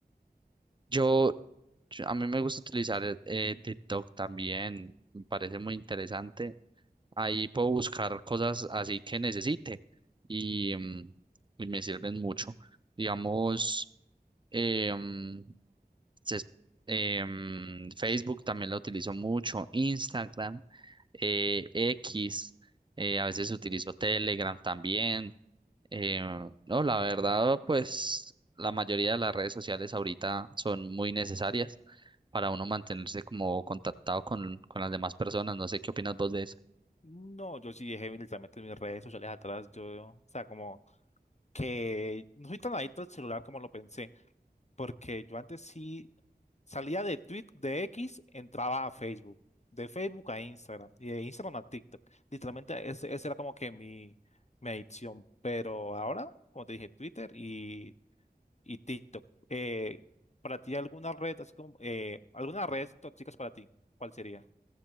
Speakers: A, on the right (about 30°); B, on the left (about 45°).
A: Yo, yo- a mí me gusta utilizar eh, eh, TikTok también, me parece muy interesante. Ahí puedo buscar cosas así que necesite y, mm, y me sirven mucho. Digamos, eh, mm, ses- eh, mm, Facebook también la utilizo mucho, Instagram, eh, X, eh, a veces utilizo Telegram también Eh, no, la verdad, pues la mayoría de las redes sociales ahorita son muy necesarias para uno mantenerse como contactado con, con las demás personas. No sé qué opinas vos de eso.
B: No, yo sí dejé literalmente mis redes sociales atrás, yo, o sea, como que no soy tan adicto al celular como lo pensé. Porque yo antes sí salía de Twitter, de X, entraba a Facebook, de Facebook a Instagram y de Instagram a TikTok. Literalmente ese, ese era como que mi, mi adicción. Pero ahora, como te dije, Twitter y, y TikTok. Eh, ¿para ti alguna red, así como, eh, alguna red tóxicas para ti? ¿Cuál sería?